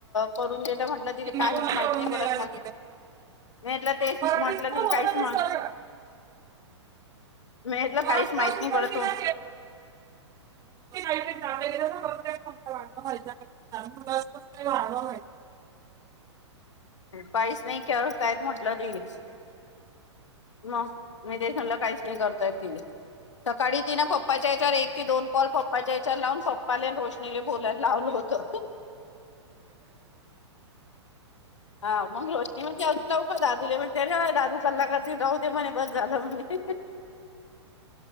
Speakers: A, on the left; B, on the right.
A: करून घेत म्हटलं तिले काहीच
B: कोण करून
A: माहित नाही
B: दिला
A: पडत म्हटल
B: तिथं
A: मी म्हटलं तेच
B: मराठीत
A: म्हंटलं
B: तर
A: तिले
B: होतं
A: काहीच मा
B: ते सरळ
A: मी म्हटलं
B: मराठीत
A: काहीच माहित
B: असून
A: नाही
B: पण
A: पडत
B: तिला वाढ वाढवाहि
A: काहीच नाही करतायत म्हटलं तस मग मी ते म्हटलं काहीच नाही करतायत त सकाळी तिनं पप्पाच्या याच्यावर एक की दोन कॉल पप्पाच्या याच्यावर लावून पप्पाला रोशनीला बोलायला लावलं होत हा मग रोशनी मानते अजून लावुका दादूले म्हणे त्या दादू कल्लाकरते म्हणे राहुदे म्हणे बस झालं म्हणे